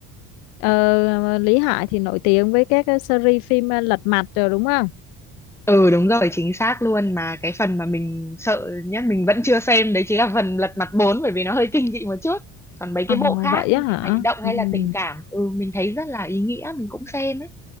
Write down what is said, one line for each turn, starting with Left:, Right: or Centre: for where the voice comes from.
Left: ờ, Lý Hải thì nổi tiếng với các cái series phim ờ, lật mặt rồi đúng không
Centre: Ừ đúng rồi chính xác luôn mà cái phần mà mình sợ nhất mình vẫn chưa xem đấy chính là phần Lật Mặt bốn bởi vì nó hơi kinh dị một chút còn mấy
Left: Ờ
Centre: cái bộ khác
Left: vậy á hả
Centre: kiểu hành động hay
Left: Ừm.
Centre: là tình cảm ừ mình thấy rất là ý nghĩa mình cũng xem ấy